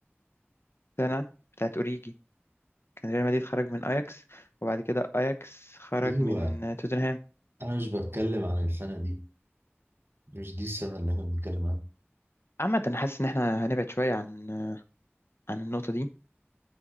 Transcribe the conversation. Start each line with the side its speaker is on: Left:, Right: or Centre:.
Left: سنة بتاعت أوريجي كان ريال مدريد خرج من أياكس وبعد كده أياكس خرج
Right: أيوة
Left: من توتنهام
Right: انا مش بتكلم عن السنه دي مش دي السنه اللي احنا بنتكلم عنها
Left: عامة أنا حاسس إن إحنا هنبعد شوية عن عن النقطة دي